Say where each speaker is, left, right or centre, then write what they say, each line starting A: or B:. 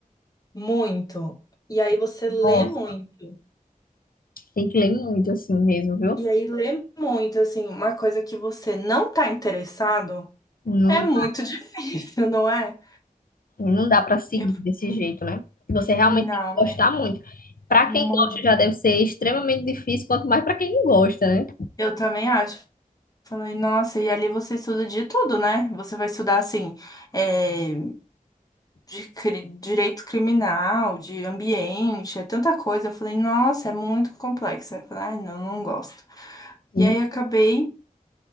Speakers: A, on the left; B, on the left.
A: muito. E aí você lê
B: Nossa,
A: muito.
B: tem que ler muito assim mesmo, viu?
A: E aí lê muito, assim, uma coisa que você não tá interessado
B: Não,
A: é muito <laughs> difícil, não é?
B: não dá pra seguir
A: Eu falei,
B: desse jeito, né? Você realmente
A: não,
B: tem que gostar
A: é
B: muito. Pra quem
A: muito.
B: gosta já deve ser extremamente difícil, quanto mais pra quem não gosta, né?
A: Eu também acho. Falei, nossa, e ali você estuda de tudo, né? Você vai estudar, assim, eh, de cri- direito criminal, de ambiente, é tanta coisa. Eu falei, nossa, é muito complexo. Aí Eu falei, ai, não, não gosto.
B: Sim,
A: E aí eu acabei